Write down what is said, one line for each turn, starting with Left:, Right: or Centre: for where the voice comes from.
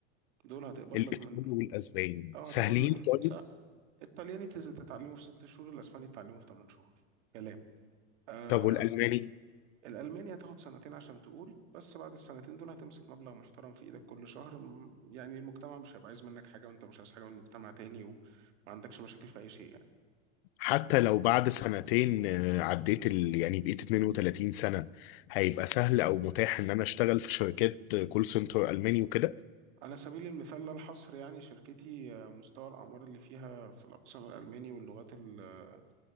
Right: دول هتقبض
Left: الايطالي
Right: لك من
Left: والاسباني
Right: أو
Left: سهلين
Right: هتقبض لك
Left: طيب
Right: س... الطلياني تز- تتعلمه في ست شهور الأسباني تتعلمه في تمن شهور كلام أه
Left: طب والالماني
Right: الألماني هتاخد سنتين عشان تقول بس بعد السنتين دول هتمسك مبلغ محترم في إيدك كل شهر م- يعني المجتمع مش هيبقى عايز منك حاجة وأنت مش عايز حاجة من المجتمع تاني وما عندكش مشاكل في أي شيء يعني
Left: حتى لو بعد سنتين آه، عديت ال... يعني بقيت 32 سنة هيبقى سهل او متاح ان انا اشتغل في شركات كول سنتر الماني وكده
Right: على سبيل المثال لا الحصر يعني شركتي آه، مستوى الأعمار اللي فيها في الأقسام الألماني واللغات اللي